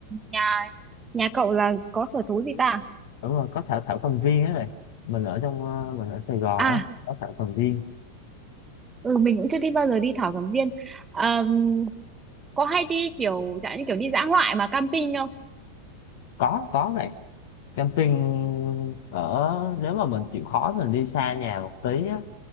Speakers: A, on the right; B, on the left.
A: nhà nhà cậu là có sở thú gì ta?
B: đúng rồi có thảo thảo cầm viên ấy này mình ở trong ờ, mình ở Sài Gòn
A: À,
B: á có thảo cầm viên
A: ừ mình cũng chưa đi bao giờ đi thảo cầm viên. Ờm, có hay đi kiểu dạng như kiểu đi dã ngoại mà camping không?
B: có có này camping ở nếu mà mình chịu khó mình đi xa nhà một tí á,